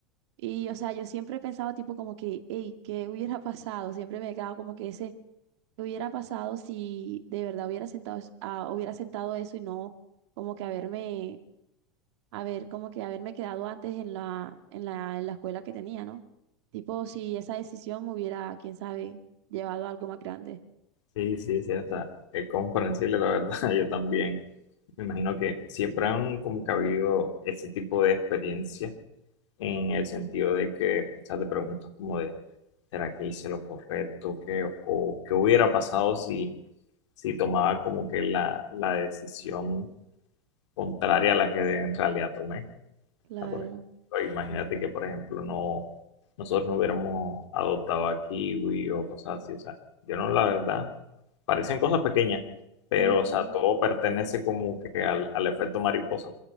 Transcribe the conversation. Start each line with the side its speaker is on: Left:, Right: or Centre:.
Right: Y, o sea, yo siempre he pensado tipo como que, hey, ¿qué hubiera <laughs> pasado? Siempre me he quedado como que ese, ¿qué hubiera pasado si de verdad hubiera sentado, es- ah, hubiera aceptado eso y no como que haberme haber como que haberme quedado antes en la, en la, en la escuela que tenía, ¿no? Tipo, si esa decisión me hubiera, quién sabe, llevado a algo más grande.
Left: Sí, sí, sí, o sea, es comprensible, la verdad, <laughs> yo también. Me imagino que siempre han como que habido ese tipo de experiencias en el sentido de que, o sea, te preguntas como de, ¿será que hice lo correcto? ¿Qué, o qué hubiera pasado si, si tomaba como que la, la decisión? contraria a la que en realidad tomé.
Right: Claro.
Left: O sea, por ejemplo, imagínate que, por ejemplo, no, nosotros no hubiéramos adoptado a kiwi o cosas así. O sea, yo no, la verdad, parecen cosas pequeñas, pero,
Right: Ujú.
Left: o sea, todo pertenece como que al, al efecto mariposa,